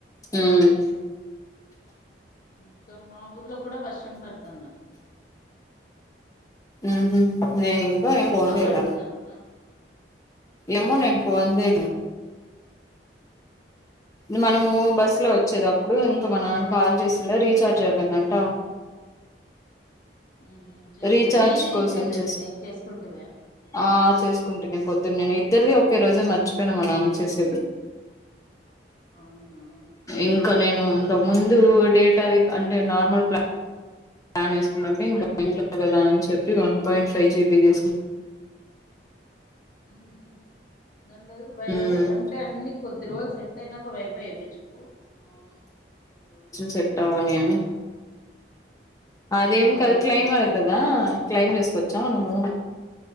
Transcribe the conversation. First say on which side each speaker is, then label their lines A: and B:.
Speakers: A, on the left; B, on the left.
A: ఉమ్
B: ఇకా మా ఊర్లో కూడా వర్షం పడుతుందండి
A: ఉహ అప్పు నకో అ పోందల
B: పడుతుందంటనా
A: ఎమో
B: మ్మ్
A: ననుపు
B: హ్మ్
A: వంది మనము
B: అవునా
A: బస్సు లో వచ్చేదిప్పుడు ఇంకా మన కాల్ చేసిందా రీచార్జ్ అయిపోయిందంట
B: ఉహు చేస్తివా
A: రీచార్జ్
B: నీది రీఛార్జ్
A: కోసం
B: అయిపోయింది
A: చేసు
B: చేసుకుంటివా
A: ఆ చేసుకుంటేనే పొద్ నేను ఇద్దరిది ఒకే రోజే మర్చిపోయినామా నాం చేసేది
B: అవునా
A: ఇంకా నేను ఇ ముందు డేట్ అది అంటే నార్మల్ ప్లాన్ ప్లాన్ వేసుకున్నట్ే ఇంకా బంట్లో కదా అని చెప్పి వన్ పాయింట్ ఫైవ్ జీబీ తీసుకుంది
B: హహ దాని బదులు వైఫై
A: ఉమ్
B: అంటే అన్ని కొద్ది రోజులు సెట్ అయినాక వైఫై ఇప్పించుకోవు
A: సిట్టవనినే అదేం
B: అదే కొద్ది
A: క
B: రోజులు
A: క్లైమ్
B: సెట్
A: అతుదా
B: అయిపోయినాక
A: క్లైమ్ చేస్త పచ్చానమో